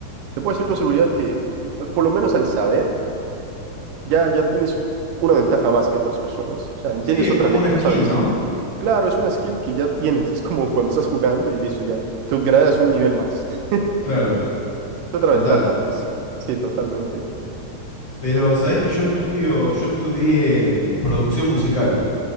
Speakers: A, on the right (about 80°); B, on the left (about 40°).
A: te puedo decir con seguridad que, al- por lo menos al saber, ya, ya tienes una ventaja más que otras personas. O sea, entiendes
B: Sí, es
A: otra
B: como
A: lengua,
B: una skill,
A: ¿sabes?
B: ¿no?
A: Claro, es una skill que ya tienes, es como cuando estás jugando y listo, ya tú gradas un nivel más, <laughs>
B: Claro,
A: otra
B: total.
A: ventaja más. Sí, totalmente.
B: Pero sabés que yo estudio, yo estudié mm, producción musical.